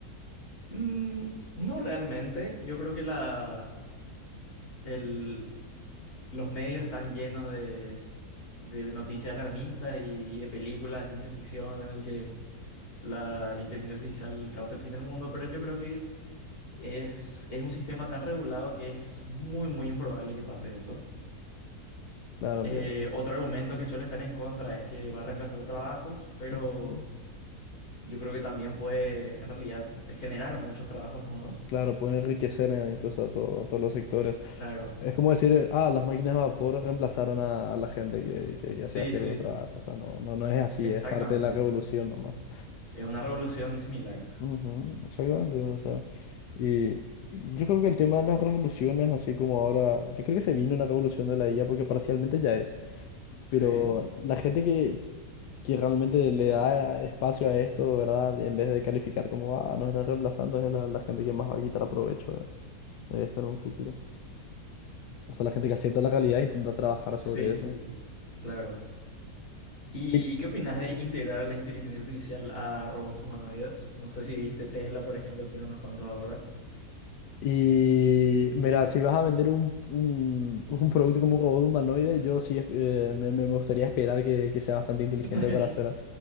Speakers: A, on the left; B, on the left.
A: Mm, no realmente. Yo creo que la, el, los medios están llenos de, de noticias alarmistas y, y de películas de ciencia ficción en el que la, la inteligencia artificial causa el fin del mundo, pero yo creo que es, es un sistema tan regulado que es muy, muy improbable que pase eso.
B: Claro, entiendo.
A: Eh, otro argumento que suele estar en contra es que va a reemplazar trabajos, pero...
B: Ujú.
A: yo creo que también puede en realidad generar muchos trabajos nuevos.
B: Claro, puede enriquecer eh, incluso a, todo- a todos los sectores.
A: Claro.
B: Es como decir, eh, ah, las máquinas de vapor reemplazaron a, a la gente que, que, que
A: Sí,
B: hacía ciertos
A: sí,
B: trabajos. O sea, no, no, no es así,
A: exactamente.
B: es parte de la revolución nomás.
A: Es una revolución similar.
B: Ujú, exactamente, o sea, y, y yo creo que el tema de las revoluciones, así como ahora, yo creo que se vino una revolución de la IA porque parcialmente ya es,
A: Sí,
B: pero la gente que, que realmente le da espacio a esto, ¿verdad? En vez de calificar como, ah, nos están reemplazando, es la, la gente que más va a quitar provecho de, de esto en un futuro. O sea, la gente que acepta la realidad e intenta trabajar
A: sí,
B: sobre
A: sí,
B: eso.
A: sí. Claro. ¿Y,
B: Y
A: y qué opinas de integrar la inteligencia artificial a robots humanoides? No sé si viste Tesla, por ejemplo, tiene unos cuantos ahora.
B: Y mira, si vas a vender un, un, <laughs> un producto como un robot humanoide, yo sí eh, me, me gustaría esperar que, que sea bastante inteligente
A: <laughs>
B: para hacer,